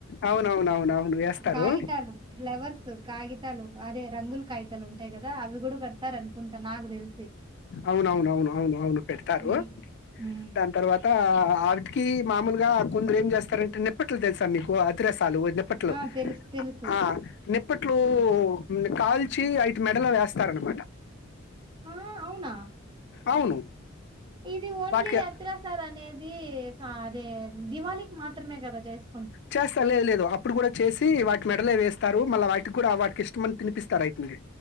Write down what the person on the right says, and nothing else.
కాగితాలు ఫ్లవర్స్ కాగితాలు అదే రంగులు కాగితాలు ఉంటాయి కదా రా అవి కూడా కడతారు అనుకుంటా నాకు తెలిసి
హ్మ్ హ్మ్
ఆ తెలుసు తెలుసు
ఆ అవునా
ఇది ఓన్లీ
హత్రసార్ అనేది అదే దివాళికి మాత్రమే కదా చేస్త